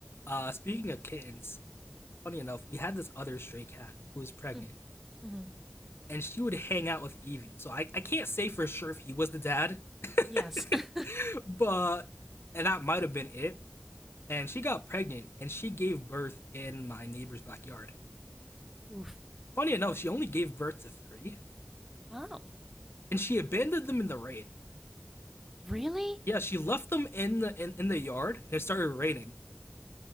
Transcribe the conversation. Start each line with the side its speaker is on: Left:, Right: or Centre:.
Left: uh speaking of kittens funny enough we had this other stray cat who was pregnant
Centre: Mm, Mm-hmm.
Left: and she would hang out with Evie. So I, I can't say for sure if he was the dad, <laughs>
Centre: Yes. <laughs>
Left: but and that might have been it. And she got pregnant and she gave birth in my neighbor's backyard.
Centre: Oof.
Left: Funny enough, she only gave birth to three,
Centre: Oh,
Left: and she abandoned them in the rain.
Centre: really?
Left: Yeah, she left them in the in, in the yard, and it started raining.